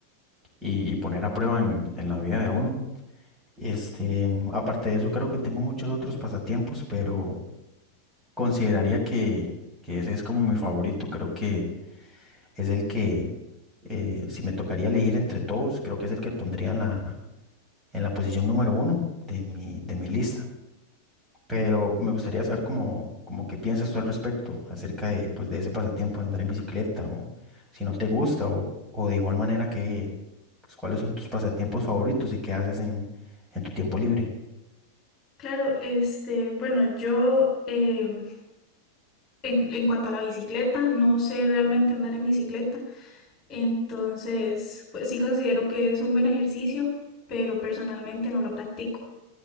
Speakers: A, in the centre; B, on the left.
A: y- y poner a prueba en, en la vida de uno. Este, aparte de eso, creo que tengo muchos otros pasatiempos, pero... Consideraría que, que ese es como mi favorito, creo que es el que, eh, si me tocaría elegir entre todos, creo que es el que pondría en la, en la posición número uno de mi, de mi lista. Pero me gustaría saber cómo, como qué piensas tú al respecto, acerca de, pues, de ese pasatiempo de andar en bicicleta, o si no te gusta, o, o de igual manera que, pues, cuáles son tus pasatiempos favoritos y qué haces en, en tu tiempo libre.
B: Claro, este, bueno, yo em, en, en cuanto a la bicicleta, no sé realmente andar en bicicleta, entonces, pues sí considero que es un buen ejercicio, pero personalmente no lo practico.